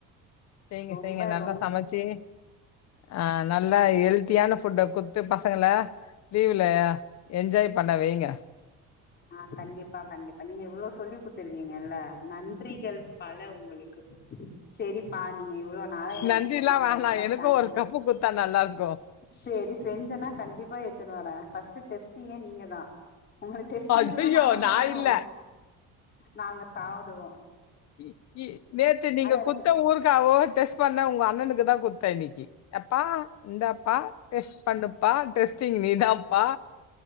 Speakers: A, on the left; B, on the left.
A: செய்ங்க
B: ரொம்ப
A: செய்ங்க நல்லா
B: ரொம்
A: சமச்சு அ நல்லா ஹெல்த்தியான ஃபுட்ட குட்த்து பசங்கள லீவ்ல என்ஜாய் பண்ண வைங்க
B: ஆ கண்டிப்பா கண்டிப்பா நீங்க இவ்ளோ சொல்லி குடுத்துருகீங்கல்ல நன்றிகள் பல உங்களுக் கு செரிப்பா நீ இவ்ளோ நாளா எனக்கு
A: நன்றில்லா
B: சொன்னது
A: வேணா
B: ரொம்ப
A: எனக்கும்
B: தேங்க்ஸு
A: ஒரு கப்பு குடுத்தா நல்லா இருக்கும்.
B: செரி செஞ்சேனா கண்டிப்பா எத்துன்னு வரே ஃபஸ்ட் டெஸ்டிங்கே நீங்க தா உங்கள டெஸ்ட் பண்ட்டு
A: ஐயய்யோ!
B: தா நாங்க
A: நான்
B: சாவ்டுவோ
A: இல்ல.
B: நாங்க சாவ்டுவோ
A: இ இ நேத்து நீங்க
B: இருக்கு
A: குத்த ஊறுகாவோ டெஸ்ட் பண்ண உங்க அண்ணனுக்கு தா குத்தே இன்னைக்கி அப்பா இந்தாப்பா டெஸ்ட் பண்ணுப்பா டெஸ்ட்டிங் நீதான்ப்பா